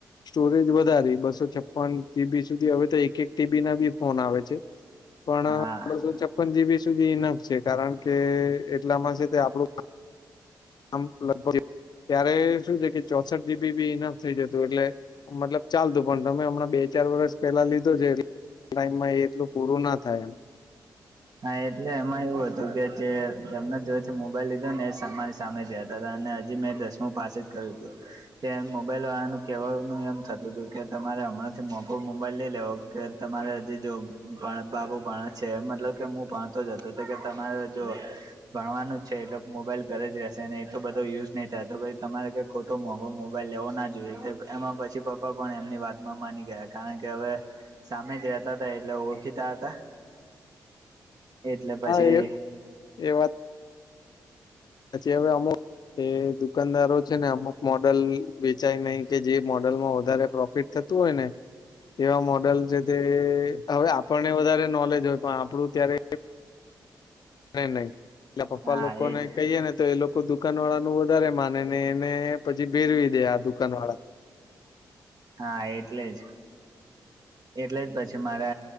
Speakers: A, on the left; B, on the right.
A: સ્ટોરેજ વધારી બસો છપન જીબી સુધી હવે તો એક-એક ટીબી ના બી ફોન આવે છે. પાણસો
B: હા
A: ચપ્પન જીબી સુધી ઇનફ છે. કારણ કે એટલામાં છે, તે આપડું આમ લગભગ ત્યારે શું છે કે, ચોસઠ જીબી બી ઇનફ થઈ જતું એટલે મતલબ ચાલતું, પણ તમે હમણાં બે-ચાર વર્ષ પેલા લીધો છે, ટાઈમમાં એ એટલું પૂરું ના થાય એમ.
B: હા, એટલે એમાં એવું હતું કે, જે એમને જોથી મોબાઈલ લીધો ને, એ સમાન સામે જતા હતા, અને હજી મેં દસમું પાસે જ કર્યું હતું. તે મોબાઈલ વાળા નું કેવાનું એમ થતું હતું કે, તમારે હમણાંથી મોકો મોબાઈલ લઈ લેવો કે. તમારે જે જો પણ બાબુ પણ છે, મતલબ. કે, હું વાતો જ હતો, તો કે તમારે જો ભણવાનું જ છે, એટલે મોબાઈલ ઘરે જ રહેશે, અને એટલો બધો યુઝ નહી થાય, તો પછી તમારે ખોટો મોંઘો મોબાઈલ લેવો ના જોઈએ, એમાં પછી પપ્પા પણ એમની વાતમાં માની ગયા, કારણ કે હવે સામે જતા હતા, એટલે ઓળખીતા હતા. એટલે પછી
A: હા, એ એ વાત. પછી હવે અમુક એ દુકાનદારો છે ને, અમુક. મોડલ વેચાય નહી કે, જે મોડલમાં વધારે પ્રોફિટ થતું હોય ને. તેવા મોડલ છે, તે હવે આપણને વધારે નોલેજ હોય, પણ આપણું ત્યારે નઈ નહી, એલા પપ્પા
B: હા
A: લોકો
B: એજ
A: ને કહીયે ને, તો એ લોકો દુકાન વાળા નું વધારે માને ને, એને પછી ભેરવી દે, આ દુકાન વાળા.
B: હા, એટલે જ. એટલે જ પછી મારે.